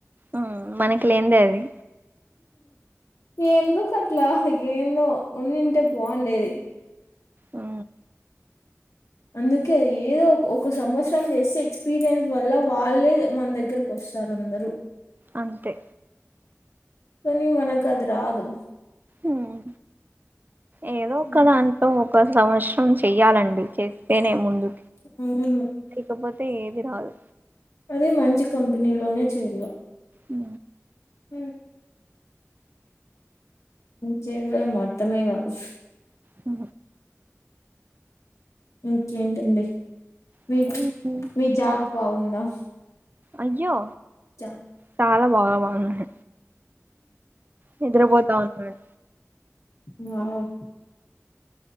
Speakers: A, on the right; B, on the left.
A: మ్మ్ మనకి లేందే అది
B: ఎందుకట్లా ఏందో ఉన్నింటే బాగుండేది
A: ఆ
B: అందుకే ఏదో ఒక ఒక సంవత్సరం చేస్తే ఎక్స్పీరియన్స్ వల్ల వాళ్ళే మన దగ్గరకు వస్తారు వస్తారు అందరు
A: అంతే
B: కానీ మనకు అది రాదు
A: మ్మ్ ఏదో ఒక
B: ఉమ్,
A: దాంట్లో ఒక సంవత్సరం చెయ్యాలండి చేస్తేనే ముందు
B: మ్
A: ఇక పోతే ఏదిరాదు
B: అది మంచి కంపెనీలోనే చేయల
A: ఉ
B: హ చే మొత్తమే కాదు
A: ఆ
B: ఇంకేంటండి మీ
A: మ్మ్
B: మీ జాబ్ బాగుందా
A: అయ్యో
B: జాబ్
A: చాలా బాగా బాగుంది నిద్రపోతా ఉన్నాడు
B: వావ్